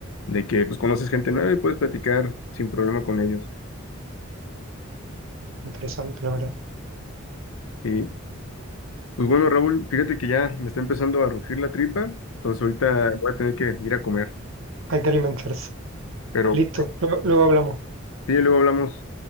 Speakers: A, on the left (about 85°); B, on the right (about 80°).
A: de que pues conoces gente nueva y puedes platicar sin problema con ellos.
B: Interesante, la verdad.
A: Y pues bueno, Raúl, fíjate que ya me está empezando a rugir la tripa, entonces ahorita voy a tener que ir a comer.
B: Hay que alimentarse.
A: Pero
B: Pues listo, luego luego hablamos.
A: sí, luego hablamos.